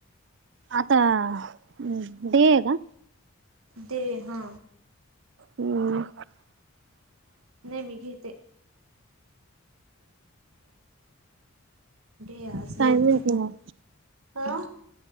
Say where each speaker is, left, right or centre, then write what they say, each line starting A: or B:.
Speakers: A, on the right; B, on the right.
A: आता हम् ब्या का
B: दे हा
A: हम्
B: नाही मी घेते रस म्ह
A: काय म्हणते
B: घ
A: मग
B: हा